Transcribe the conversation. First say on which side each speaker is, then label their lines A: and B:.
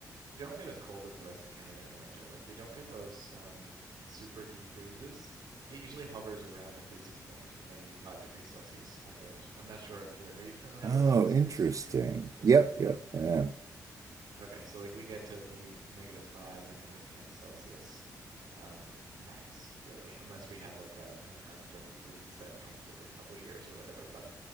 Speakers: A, on the right (about 75°); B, on the right (about 50°).
A: we don't get as cold as the rest of Canada in the winter. Like we don't get those um, super deep freezes. It usually hovers around the freezing point, or maybe five degrees Celsius under it. I'm not sure if you're are you familiar
B: Oh,
A: with Celsius
B: interesting.
A: or are you just
B: Yep,
A: Fahrenheit?
B: yep, I am.
A: Okay, so like we get to maybe negative five or negative ten Celsius. um, max, really, unless we have like a an Arctic freeze that comes every couple of years or whatever. But